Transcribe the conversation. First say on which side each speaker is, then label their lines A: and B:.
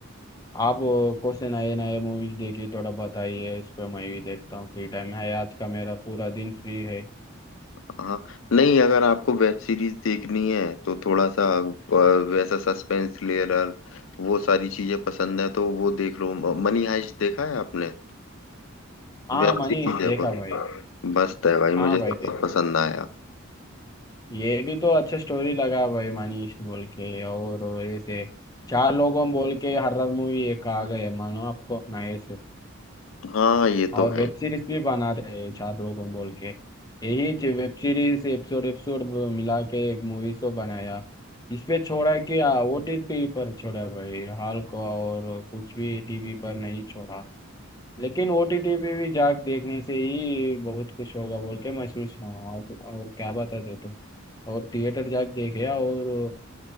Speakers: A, on the left (about 20°); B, on the left (about 70°).
A: आप को से नए नए मूवीज देखिए थोड़ा बताइए इस पे मैं भी देखता हूँ फ्री टाइम है आज का मेरा पूरा दिन फ्री है
B: हाँ नहीं अगर आपको वेब सीरीज देखनी है तो थोड़ा सा अ, वैसा सस्पेंस थ्रिलर वो सारी चीजें पसंद है तो वो देख लो म- मनी हाइस्ट देखा है आपने
A: हाँ
B: वेब
A: मनीष
B: सीरीज है
A: देखा
B: पर
A: भाई
B: मस्त है भाई
A: हाँ
B: मुझे
A: भाई
B: तो
A: देख
B: बहुत पसंद आया
A: ये भी तो अच्छा स्टोरी लगा भाई मनीष बोल के और ऐसे चार लोगों बोल के हर्रर मूवी एक आ गए मानो आपको नए से
B: हाँ ये तो
A: और वेब
B: है
A: सीरीज भी बना रहे हैं चार लोग हम बोल के यही वेब सीरीज एपिसोड एपिसोड मिला के एक मूवी शो बनाया इस पे छोड़ा कि ओटीटी पर छोड़ा भाई हाल को और कुछ भी टीवी पर नहीं छोड़ा लेकिन ओटीटी पे भी जाके देखने से ही बहुत कुछ होगा बोल के मैं सोच रहा हूँ और, और क्या बताते तुम और थिएटर जाके देखे और